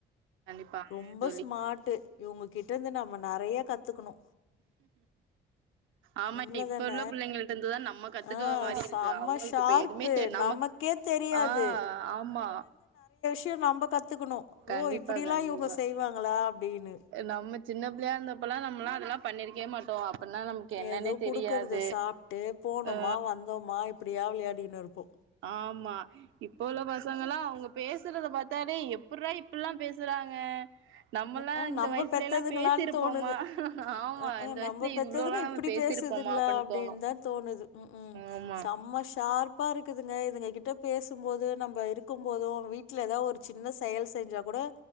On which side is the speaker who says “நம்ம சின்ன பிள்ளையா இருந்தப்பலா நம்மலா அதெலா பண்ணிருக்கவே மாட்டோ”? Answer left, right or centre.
Right